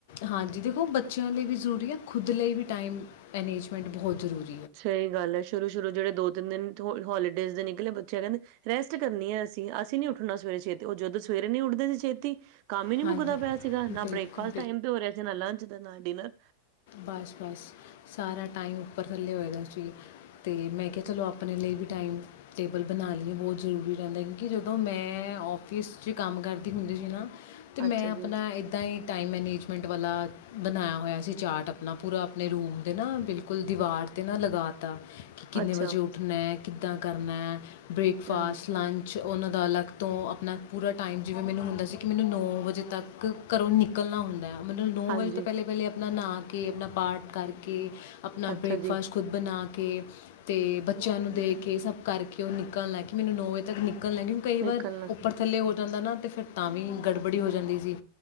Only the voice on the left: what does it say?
ਹਾਂਜੀ ਦੇਖੋ ਬੱਚਿਆਂ ਲਈ ਵੀ ਜ਼ਰੂਰੀ ਆ ਖੁਦ ਲਈ ਵੀ ਟਾਈਮ ਮੈਨੇਜਮੈਂਟ ਬਹੁਤ ਜ਼ਰੂਰੀ ਆ।
ਹਾਂਜੀ
ਬਿਲਕੁਲ
ਬਸ-ਬਸ ਸਾਰਾ ਟਾਈਮ ਉਪਰ ਥੱਲੇ ਹੋਏ ਦਾ ਸੀ। ਤੇ ਮੈਂ ਕਿਹਾ ਚਲੋ ਆਪਣੇ ਲਈ ਵੀ ਟਾਈਮ ਟੇਬਲ ਬਣਾ ਲਈਏ ਬਹੁਤ ਜ਼ਰੂਰੀ ਰਹਿੰਦਾ ਕਿ ਜਦੋਂ ਮੈਂ ਮੈਂ ਔਫਿਸ 'ਚ ਕੰਮ ਕਰਦੀ ਹੁੰਦੀ ਸੀ ਨਾ। ਤੇ ਮੈਂ
ਆਪਣਾ
ਏਦਾਂ ਹੀ ਟਾਇਮ ਮੈਨੇਜ਼ਮੈਂਟ ਵਾਲਾ ਬਣਾਇਆ ਹੋਇਆ ਸੀ। ਚਾਟ ਆਪਣਾ ਪੂਰਾ ਆਪਣੇ ਰੂਮ 'ਤੇ ਨਾ ਬਿਲਕੁਲ ਦੀਵਾਰ 'ਤੇ ਨਾ ਲਗਾ ਤਾ। ਕਿ ਕਿੰਨੇ
ਵਜੇ ਉੱਠਣਾ, ਕਿੱਦਾਂ ਕਰਨਾ ਬ੍ਰੇਕਫਾਸਟ,
ਲੰਚ। ਅਤੇ ਉਹਨਾਂ ਦਾ ਅਲੱਗ ਤੋਂ ਆਪਣਾ ਪੂਰਾ ਟਾਈਮ ਜਿਵੇਂ ਮੈਨੂੰ ਹੁੰਦਾ ਸੀ ਕਿ ਮੈਨੂੰ ਨੌ ਵਜੇ ਤੱਕ ਘਰੋਂ ਨਿਕਲਣਾ ਹੁੰਦਾ ਮਤਲਬ ਨੌ
ਵਜੇ ਤੋਂ ਪਹਿਲੇ-ਪਹਿਲੇ ਆਪਣਾ ਨਹਾ ਕੇ ਆਪਣਾ ਪਾਠ ਕਰਕੇ ਆਪਣਾ
ਬ੍ਰੈਕਫਾਸਟ
ਖੁਦ ਬਣਾ ਕੇ ਤੇ ਬੱਚਿਆਂ ਨੂੰ ਦੇ ਕੇ ਸਭ ਕਰਕੇ ਉਹ ਨਿਕਲਣਾ ਕਿ ਮੈਨੂੰ ਨੌ ਵਜੇ ਤੱਕ ਨਿਕ ਕੱਲੇ ਨੂੰ ਕਈ
ਵਾਰ, ਉੱਪਰ ਥੱਲੇ ਹੋ ਜਾਂਦਾ ਨਾ ਤੇ ਫਿਰ ਤਾਂ ਵੀ ਗੜਬੜੀ ਹੋ ਜਾਂਦੀ ਸੀ।